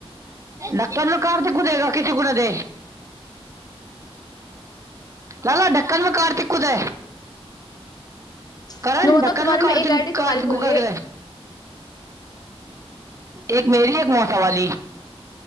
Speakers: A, on the right (about 30°); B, on the left (about 40°).
A: नकलमे कार त क देगा किस कोु ने दे लाला ढकनमे करतिक को दे
B: तुम
A: करण
B: बताओ
A: डकनमे
B: तुम्हारे में
A: कारथि
B: एक आईडी
A: कारथि
B: तुम्हारी खुल
A: ककर
B: रही है
A: कै एक मेरी एक मसावाली